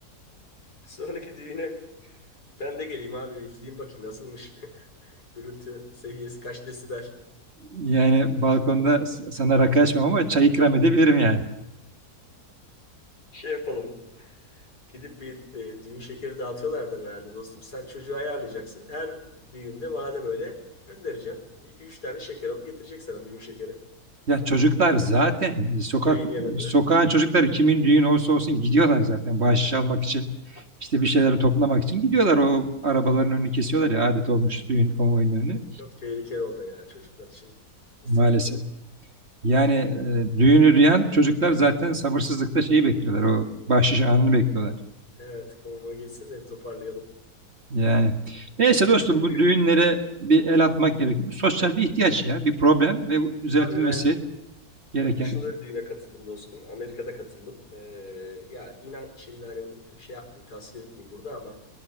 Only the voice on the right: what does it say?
Yani balkonda sana rakı açmam ama çay ikram edebilirim yani.
Ya çocuklar zaten sokak
sokağın çocukları kimin düğün olsa olsun gidiyorlar zaten bahşiş almak için işte bir şeyleri toplamak için gidiyorlar o arabaların önünü kesiyorlar ya adet olmuş düğün konvoyunun önünü
maalesef.
Yani e, düğünü duyan çocuklar zaten sabırsızlıkla şeyi bekliyorlar o bahşiş anını bekliyorlar.
Yani neyse dostum
bu düğünlere bir el atmak gerekiyor. Bu sosyal bir ihtiyaç ya bir problem ve bu düzeltilmesi
gereken